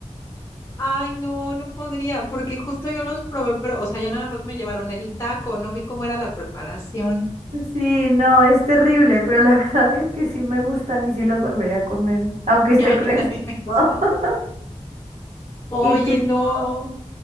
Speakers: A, on the left (about 25°); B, on the right (about 70°).
A: Ay, no, no podría, porque justo yo los probé, pero, o sea, ya nada más me llevaron el taco, no vi cómo era la preparación. <laughs>
B: Sí, no, es terrible, pero la <laughs> verdad es que sí me gustan y sí los volvería a comer, aunque
A: Y
B: esté
A: a
B: cruelísimo.
A: mí también me gusta.
B: <laughs>
A: Oye,
B: Y tipo,
A: no,